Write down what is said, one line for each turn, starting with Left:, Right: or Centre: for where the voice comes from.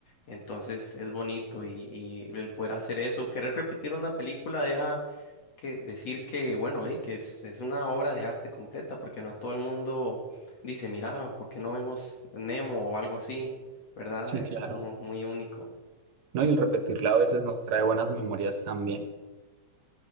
Left: Entonces es bonito y, y el poder hacer eso, querer repetir una película deja que decir que, bueno, eh, que es, es una obra de arte completa, porque no todo el mundo dice, mira, ¿por qué no vemos Nemo o algo así? ¿Verdad?
Right: Sí,
Left: Es
Right: claro.
Left: como muy único.
Right: No, y el repetirla a veces nos trae buenas memorias también.